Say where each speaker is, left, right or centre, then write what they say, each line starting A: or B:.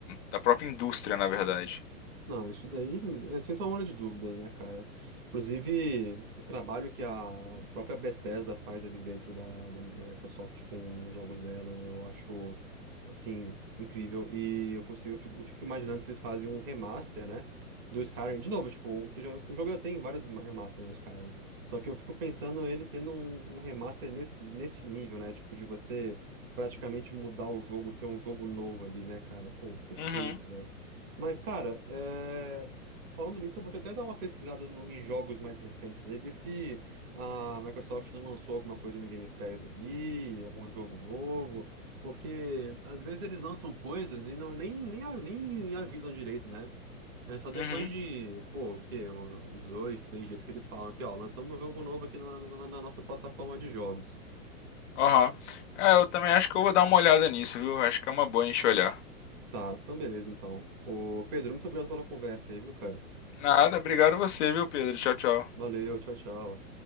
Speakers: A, on the left; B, on the right.
A: da própria indústria, na verdade.
B: Não, isso daí é sem sombra de dúvidas, né, cara? Inclusive, o trabalho que a própria Bethesda faz ali dentro da, da, da Microsoft com os jogos dela, eu acho, assim, incrível. E eu consigo, eu fico, eu fico imaginando se eles fazem um remaster, né, do Skyrim. De novo, tipo, porque já, o jogo já tem vários remasters né, o Skyrim. Só que eu fico pensando ele tendo um, um remaster nesse, nesse nível, né? Tipo, de você praticamente mudar o jogo, ser um jogo novo ali, né, cara? Pô, perfeito,
A: Uhum,
B: velho. Mas, cara, é, falando nisso, eu vou até dar uma pesquisada no- em jogos mais recentes aí, ver se a Microsoft não lançou alguma coisa no Game Pass ali, algum jogo novo, porque às vezes eles lançam coisas e não, nem, nem, a- nem avisam direito, né? É só depois
A: uhum,
B: de, pô, o quê? Um- Uns dois, três dias que eles falam que, ó, lançamos um jogo novo aqui na, na na nossa plataforma de jogos.
A: aham. É, eu também acho que eu vou dar uma olhada nisso, viu? Acho que é uma boa a gente olhar.
B: Tá, então beleza, então. Ô, Pedro, muito obrigado pela conversa aí, viu, cara?
A: Nada, obrigado a você, viu, Pedro? Tchau, tchau.
B: Valeu, tchau, tchau.